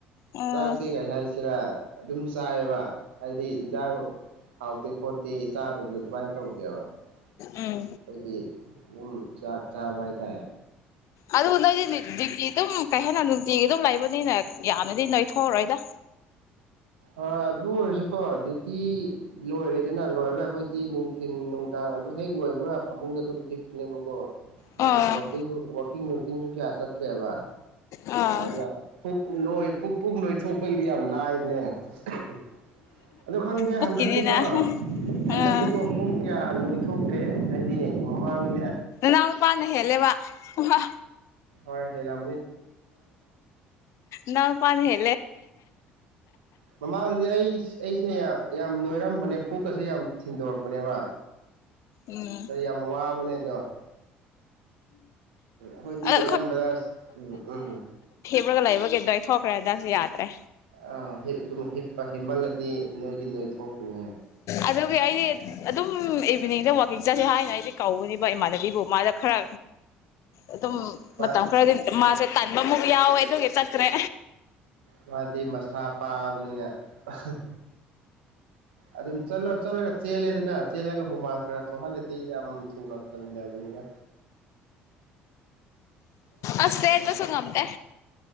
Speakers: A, on the left (about 65°); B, on the right (about 80°).
A: ꯑꯥ
B: ꯆꯥꯛ ꯊ ꯀ ꯍꯥꯏ ꯁꯤꯔ ꯑꯗꯨꯝ ꯆꯥꯏꯑꯕ ꯍꯥꯏꯗꯤ ꯌꯦꯟꯖꯥꯡ ꯍꯥꯎꯇꯦ ꯈꯣꯠꯇꯦ ꯗꯦ ꯆꯥꯗꯕꯗꯣ ꯑꯗꯨꯃꯥꯏꯅ ꯇꯧꯗꯦꯕ ꯑꯩꯈꯣꯏꯗꯤ
A: ꯎꯝ
B: ꯑꯗꯨꯝ ꯆꯥꯛ ꯆꯥꯕ ꯍꯥꯏꯇꯥꯔꯦ
A: ꯑꯗꯨ ꯅꯣꯏꯗꯤ ꯅꯨꯡꯇꯤ ꯑꯗꯨꯝ ꯀꯩ ꯍꯥꯏꯦꯟꯅ ꯅꯨꯡꯇꯤꯒꯤ ꯑꯗꯨꯝ ꯂꯩꯕꯅꯤꯅ ꯌꯥꯅꯗꯤ ꯅꯣꯏ ꯊꯣꯛꯑꯔꯣꯏꯗ
B: ꯑ ꯑꯗꯨ ꯑꯣꯏꯔꯁꯨꯀꯣ ꯗ꯭ꯌꯨꯇꯤ ꯂꯣꯏꯔꯦꯗꯅ ꯂꯣꯏꯔꯒ ꯑꯩꯈꯣꯏꯗꯤ ꯅꯨꯡꯊꯤꯤꯟ ꯅꯨꯡꯗꯥꯡ ꯑꯗꯨ ꯍꯦꯛ ꯂꯣꯏꯕꯒ ꯐꯃꯨꯡꯗ ꯑꯗꯨꯝ ꯍꯤꯞꯄꯅꯦꯕꯀꯣ
A: ꯑꯣ
B: ꯋꯥꯀꯤ ꯋꯥꯀꯤ ꯅ ꯇꯤꯟꯖꯨꯀꯤꯌꯥꯁꯇ꯭ꯔꯦ ꯍꯥꯏꯕ
A: ꯑꯥ
B: ꯑꯗꯨꯗ ꯐ ꯂꯣꯏꯣꯏ ꯄꯨꯛ ꯄꯨꯛ ꯂꯣꯏꯊꯣꯛꯄꯒꯤꯗꯤ ꯌꯥꯝ ꯂꯥꯏꯕꯅꯦ ꯎꯝ ꯑ ꯈꯪꯗꯦ
A: ꯄꯨꯛꯀꯤꯅꯤꯅ
B: ꯍꯟꯗꯛꯇꯤꯀꯣ ꯍꯟꯗꯛꯇꯤꯀꯣ
A: ꯑꯥ
B: ꯄꯨꯡ ꯀꯌꯥ ꯊꯣꯛꯇ꯭ꯔꯦ ꯍꯥꯏꯗꯤ ꯃꯥꯡꯦ
A: ꯅ ꯄꯅꯦ ꯍꯦꯂꯦ ꯋꯥ ꯋꯥ
B: ꯍ ꯍꯦ ꯂꯥ
A: ꯅ ꯀꯥꯟ ꯍꯦ
B: ꯃꯃꯥꯡꯗꯗꯤ ꯑꯩ ꯑꯩꯁꯦ ꯌꯥꯝ ꯅꯣꯏꯔꯝ ꯑꯝꯕꯅꯦ ꯄꯨꯛꯀꯁꯦ ꯌꯥꯝ ꯊꯤꯟꯗꯣꯔꯛꯄꯅꯦꯕ
A: ꯎꯝ
B: ꯑꯗꯩ ꯌꯥꯝ ꯋꯥꯕꯅꯦ ꯗꯣꯡ ꯍꫭꯏꯗꯤ
A: ꯑꯗꯣ
B: ꯑꯌꯥꯝꯕꯅ ꯎꯝ ꯎꯝ
A: ꯀꯂꯒ ꯂꯩꯕꯒꯤꯗꯣ ꯑꯩ ꯊꯣꯛꯈ꯭ꯔꯦ ꯑꯗꯨꯗꯁꯨ ꯌꯥꯗ꯭ꯔꯦ
B: ꯑ ꯑꯗꯨꯝ ꯍꯤꯞꯄ ꯍꯤꯞꯃꯜꯂꯗꯤ ꯅꯣꯏꯗꯤ ꯅꯣꯏ ꯊꯣꯛꯄꯅꯦ
A: ꯑꯗꯨꯒꯤ ꯑꯩꯗꯤ ꯑꯗꯨꯝ ꯏꯚꯤꯅꯤꯡꯗ ꯋꯥꯋꯥꯛꯀꯤꯡ ꯆꯠꯁꯦ ꯍꯥꯏꯅ ꯑꯩꯗꯤ ꯀꯧꯕꯅꯦꯕ ꯏꯃꯥꯟꯅꯕꯤꯕꯨ ꯃꯥꯗ ꯈꯔ ꯑꯗꯨꯝ
B: ꯍꯣꯏ
A: ꯃꯇꯝ ꯈꯔꯗꯤ ꯃꯥꯁꯠ ꯀꯟꯕ ꯃꯨꯒ ꯌꯥꯎ ꯏꯗꯣꯦ ꯇꯔꯇ꯭ꯔꯦ
B: ꯃꯥꯗꯤ ꯃꯁꯥ ꯄꯥꯕꯅꯤꯅ ꯑꯁꯨꯝ ꯑꯗꯨꯝ ꯆꯠꯂ ꯆꯠꯂꯒ ꯆꯦꯜꯂꯦꯗꯅ ꯆꯦꯜꯂꯒ ꯍꯨꯃꯥꯡ ꯈꯔ ꯊꯣꯛꯍꯜꯂꯗꯤ ꯌꯥꯝ ꯊꯨꯅꯄꯝꯗꯕꯅꯤꯅ
A: ꯑꯁ ꯅꯁꯨ ꯉꯝ ꯇ